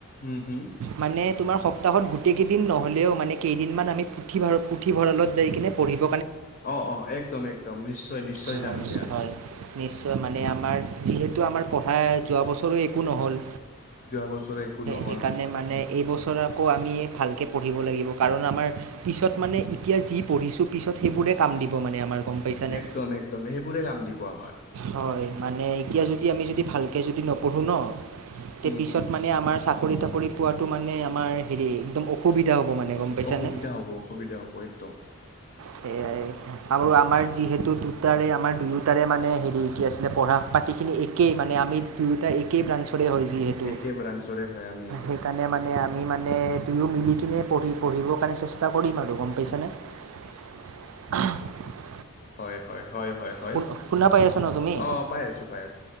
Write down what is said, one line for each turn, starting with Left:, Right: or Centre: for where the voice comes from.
Left: উম হম।
Right: মানে তোমাৰ। সপ্তাহত গোটেইকেইদিন নহ'লেও মানে কেইদিনমান আমি পুথিভঁৰ পুথিভঁৰালত যাই কিনে পঢ়িব।
Left: অ অ একদম একদম নিশ্চয় নিশ্চয়
Right: হয়
Left: যাম দিয়া।
Right: হয় নিশ্চয় মানে আমাৰ যিহেতু আমাৰ পঢ়া যোৱা বছৰো একো নহ'ল।
Left: যোৱা বছৰে একো নহ'ল।
Right: সেইকাৰণে মানে এইবছৰ আকৌ আমি ভালকৈ পঢ়িব লাগিব কাৰণ আমাৰ পিছত মানে এতিয়া যি পঢ়ি পিছত সেইবোৰে কাম দিব মানে আমাৰ। গম পাইছা নে?
Left: একদম একদম সেইবোৰে কাম দিব আমাৰ
Right: হয় মানে এতিয়া যদি আমি যদি ভালকৈ যদি নপঢ়োঁ ন, তে
Left: উম
Right: পিছত
Left: হম
Right: মানে আমাৰ চা কৰি তাকৰি পোৱাটো মানে আমাৰ হেৰি একদম অসুবিধা হ'ব। মানে গম পাইছানে
Left: অসুবিধা হ'ব অসুবিধা হ'ব একদম।
Right: সেইয়াই আৰু আমাৰ যিহেতু দুটাৰে আমাৰ দুয়োটাৰে মানে হেৰি কি আছিলে পঢ়া পাতিখিনি একেই মানে আমি দুয়োটা একেই ব্ৰাঞ্চ ৰে হয় যিহেতু,
Left: একে ব্ৰাঞ্চৰে হয় আমি
Right: সেইকাৰণে মানে আ আমি মানে দুয়ো মিলি কিনে পঢ়ি পঢ়িবৰ কাৰণে চেষ্টা কৰিম আৰু গম পাইছ নে? <unintelligible>
Left: হয় হয় হয় হয় হয়।
Right: শুন শুনা পাই আছা ন তুমি
Left: অঁ পাই আছো পাই আছো।